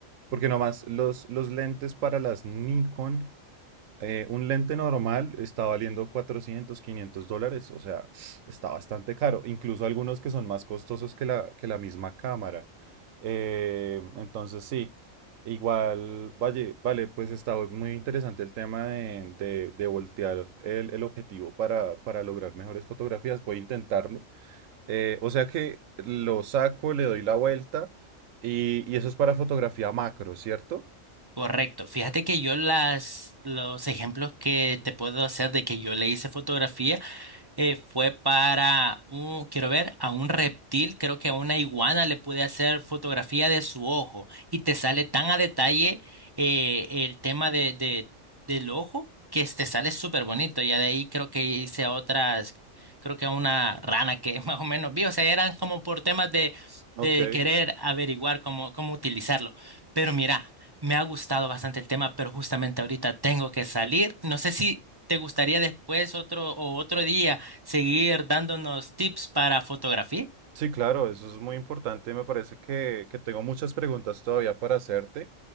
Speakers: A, on the right; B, on the right.
A: porque nomás los, los lentes para las Nikon eh, un lente normal está valiendo 400 500 dólares, o sea, está bastante caro. Incluso algunos que son más costosos que la, que la misma cámara. Eh, entonces, sí, igual, vale, vale, pues está muy interesante el tema de, de- de voltear el, el objetivo para, para lograr mejores fotografías. Voy a intentarlo. Eh, o sea que lo saco, le doy la vuelta y, y eso es para fotografía macro, ¿cierto?
B: Correcto. Fíjate que yo las, los ejemplos que te puedo hacer de que yo le hice fotografía eh, fue para un, quiero ver, a un reptil, creo que a una iguana le pude hacer fotografía de su ojo y te sale tan a detalle eh, el tema de, de- del ojo que te sale súper bonito. Ya de ahí creo que hice a otras, creo que a una rana que <laughs> más o menos vi, o sea, eran como por temas de,
A: Ok.
B: de querer averiguar cómo, cómo utilizarlo. Pero mira. Me ha gustado bastante el tema, pero justamente ahorita tengo que salir. No sé si te gustaría después otro o otro día seguir dándonos tips para fotografía.
A: Sí, claro, eso es muy importante. Me parece que, que tengo muchas preguntas todavía para hacerte.